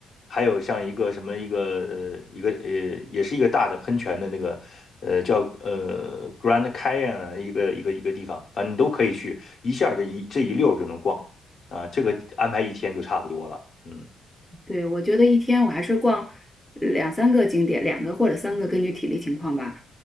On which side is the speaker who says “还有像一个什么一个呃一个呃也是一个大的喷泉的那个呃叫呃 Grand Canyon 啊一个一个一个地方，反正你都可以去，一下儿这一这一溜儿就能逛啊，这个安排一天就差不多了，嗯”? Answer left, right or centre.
Left